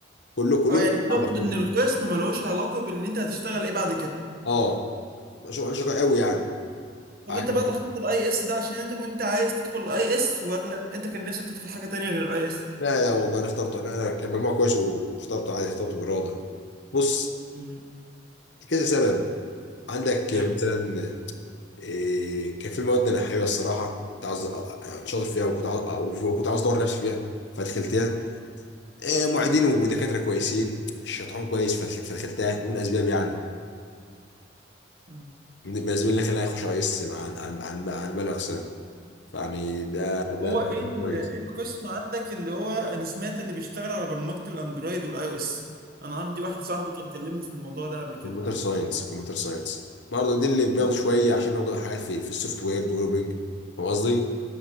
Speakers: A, on the left; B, on the right.
A: كله كلهم
B: اه يعني
A: يتفقوا
B: تقصد
A: على بعضهم
B: ان القسم ملوش علاقه بان انت هتشتغل ايه بعد كده
A: اه شغل انا شغال قوي يعني
B: طب
A: عارف.
B: انت بقى دخلت الاي اس ده عشان انت كنت عايز تدخل الاي اس ولا انت كان نفسك تدخل حاجه تانية غير الاي اس
A: لا لا والله انا اخترته انا كان مجموع كويس واخترته عادي اخترته باراده بص
B: امم
A: كذا سبب عندك مثلا
B: ايوه
A: إيه، كان في مواد انا حاببها الصراحه كنت عاوز أ- أ- شاطر فيها وكنت عاوز أ- وكنت عاوز اطور نفسي فيها فدخلتها إيه، معيدين ودكاتره كويسين الشيطان كويس فدخ- فدخلتها دي من اسباب يعني
B: مم.
A: من من الاسباب اللي خلاني اخش اي اس عن عن عن عن باقي الاقسام فيعني ده ده
B: هو
A: ده
B: ايه ال-
A: كويس
B: إيه القسم عندك اللي هو انا سمعت اللي بيشتغل على برمجة الاندرويد والاي او اس انا عندي واحد صاحبي كان كلمني في الموضوع ده قبل كده
A: كمبيوتر ساينس كمبيوتر ساينس برضه
B: مم.
A: دي اللي بياخدوا شويه عشان بياخدوا حاجات في في السوفت وير ديفلوبينج فاهم قصدي؟